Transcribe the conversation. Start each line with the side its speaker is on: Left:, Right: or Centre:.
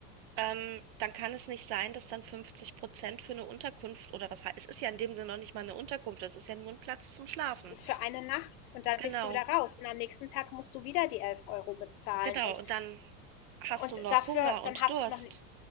Right: ähm, dann kann es nicht sein, dass dann 50 Prozent für eine Unterkunft oder was, he- es ist ja in dem Sinne noch nicht mal eine Unterkunft, es ist ja nur ein Platz zum Schlafen.
Left: Es ist für eine Nacht und dann
Right: Genau,
Left: bist du wieder raus und am nächsten Tag musst du wieder die 11 Euro bezahlen
Right: genau.
Left: und,
Right: Und dann hast
Left: und
Right: du noch
Left: dafür,
Right: Hunger und
Left: dann hast
Right: Durst.
Left: du noch, ni-